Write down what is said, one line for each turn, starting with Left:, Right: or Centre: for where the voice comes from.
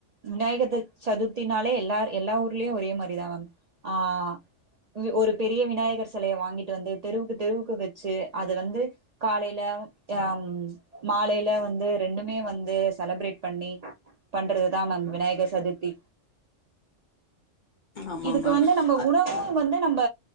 Right: விநாயகர் சதுர்த்தினாலே எல்லார் எல்லா ஊர்லயு ஒரே மாதிரிதான் ஆஹ் இங்க ஒரு பெரிய விநாயகர் செலைய வாங்கிட்டு வந்து தெருவுக்கு தெருவுக்கு வெச்சு அது வந்து காலைல ஆஹ் மாலைல வந்து ரெண்டுமே வந்து செலப்ரேட் பண்ணி பண்ற தா மேம் விநாயகர் சதுர்த்தி
Left: ஆமாங்க
Right: இதுக்கு
Left: மேம்.
Right: வந்து நம்ப
Left: அ
Right: உணவு வந்து நம்ப